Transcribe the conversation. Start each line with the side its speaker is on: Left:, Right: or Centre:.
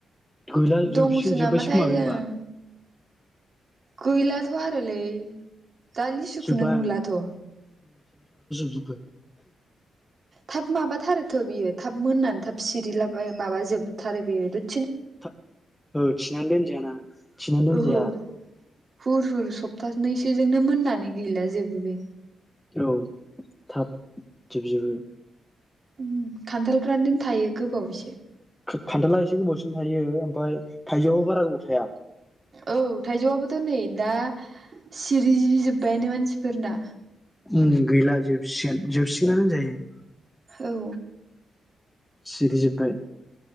Centre: गैला जोबसिगोन
Right: दङसो
Centre: जोब्बायसो
Right: नामाथाय
Centre: खोमा बे
Right: जों
Centre: होमबा
Right: गैलाथ'आरोलै दा लिसुखौनो
Centre: जोब्बाय
Right: नुलाथ'।
Centre: जोबबाय।
Right: थाब माबाथारोथ' बियो थाब मोननानै थाब सिरिला बा माबाजोबथारो बेयो द'
Centre: था ओ औ थिनानै दोनजायाना थिनानै दोनजाया।
Right: ओहो हुर हुर सप्तानैसो जोंनो मोननानै गैला जोबो बे
Centre: औ थाब जोबजोबो।
Right: उम खान्थाल। फ्रानदेन थायो गोबाव एसे
Centre: खा-खान्थाला एसे गोबावसिम थायो ओमफाय थाइजौआबो बारा गोबाव थाया।
Right: औ थाइजौआबोथ' नै दा सिरिजोबबायानो मानसिफोरना‌।
Centre: उम गैला जोबसिगोन जोबसिगोनानो होनजायो।
Right: औ।
Centre: सिरिजोब्बाय